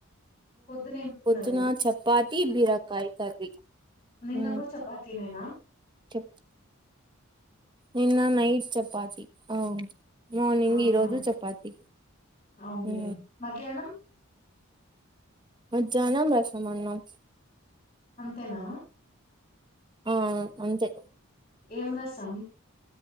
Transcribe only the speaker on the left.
పొద్దున ఏం తిన్నారు
నిన్న
గూడ చపాతినేనా
ఆహా
అవునులే
మధ్యాహ్నం
అంతేనా
ఏం రసం